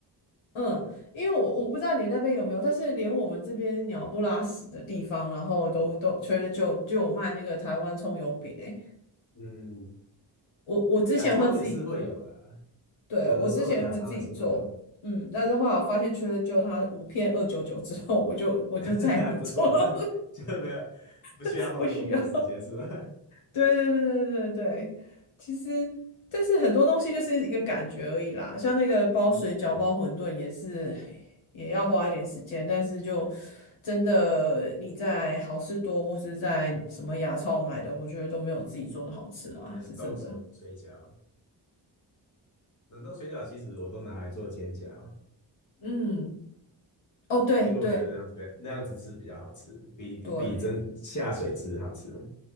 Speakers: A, on the left; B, on the left.
A: 嗯，因为我我不知道你那边有没有，但是连我们这边鸟不拉屎的地方，然后都都除了就就有卖那个台湾葱油饼诶，
B: 嗯，
A: 我我之前会自己做，
B: 亚超也是会有啊，
A: 对，
B: 有的时候亚超也是会有，
A: 我之前会自己做，嗯，但是后来我发现 j 了就它五片二九九之后，我就我就再也不做了，
B: <laughs> 还不错，<laughs> 就没有不需要花那么多时间是吧？
A: <laughs> 不需要。对对对对对对，其实但是很多东西就是一个感觉而已啦，像那个包水饺、
B: 嗯嗯，
A: 包馄饨也是也要花一点时间，但是就真的你在好事多或是在什么牙超买的，我觉得都没有自己做的好吃啦，
B: 冷冻手水饺，
A: 是真的。
B: 冷冻水饺其实我都拿来做煎饺。
A: 嗯，哦，对对
B: 因为我觉得那样子那样子吃比较好吃，比比真下水吃好吃。
A: 对，